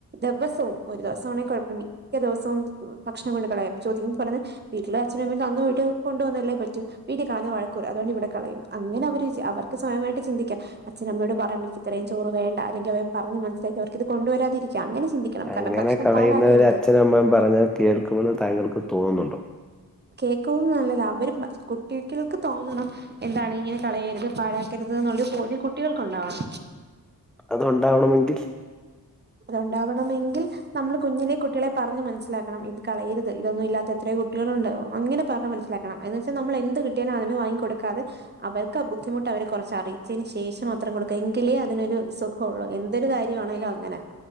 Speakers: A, on the right; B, in the centre.
A: ദിവസവും ഒരു ദിവസമാണേങ്കിൽ കുഴപ്പമില്ല മിക്ക ദിവസവും ഭക്ഷണം കൊണ്ട് കളയും ചോദിക്കു മ്പോൾ പറഞ് വീട്ടില അച്ഛനമ്മ കണ്ണ് വെട്ടി കൊണ്ടുവന്നല്ലേ പറ്റു വീട്ടികളഞ്ഞ വഴക്കൂപറയും അതുകൊണ്ടിവിടെ കളയുന്നു അങ്ങനെ അവര് അവർക്ക് സ്വയമായിട്ട് ചിന്തിക്കാണം അച്ഛനമ്മയോട് പറയ ഇത്രയും ചോറ് വേണ്ട അല്ലെങ്കിൽ അവരെ പറഞ്ഞ് മനസ്സിലാക്കി അവർക്കിത് കൊണ്ടുവരാതിരിക്ക അങ്ങനെ ചിന്തിക്കണം കാരണം
B: അങ്ങനെ
A: ഭക്ഷണം
B: കളയുന്നവര്
A: പാഴാക്കരുത്
B: അച്ഛന മ്മയും പറഞ്ഞ കേൾക്കുമെന്ന് താങ്കൾക്ക് തോന്നുന്നുണ്ടോ
A: കേൾക്കുന്നതല്ല അവര് കുട്ടികൾക്ക് തോന്നണം എന്താണ് ഇങ്ങനെ കളയരുത് പാഴാക്കരുത് എന്നുള്ളരു ബോദ്യം കുട്ടികൾക്കുണ്ടാവണം
B: അതുണ്ടാവണമെങ്കിൽ
A: അതുണ്ടാവണമെങ്കിൽ നമ്മൾ കുഞ്ഞിലെ കുട്ടികളെ പറഞ്ഞ് മനസ്സിലാക്കണം ഇത് കളയരുത് ഇതൊന്നും ഇല്ലത്ത എത്രയോ കുട്ടികളുണ്ട് അങ്ങനെ പറഞ്ഞു മനസ്സിലാക്കണം അഹ് എന്ന് വെച്ചൽ നമ്മൾ എന്ത് കിട്ടിയാലും അതന്നെ വാങ്ങി കൊടുക്കാെതെ അവർക്ക് ആ ബുദ്ധിമുട്ട് അവരെ കുറച്ച് അറിയിച്ചതിന് ശേഷമാത്രം കൊടുക്കാം എങ്കിലേ അതിനൊരു ക്കൊള്ള എന്തൊരു കാര്യോണേലും അങ്ങനെ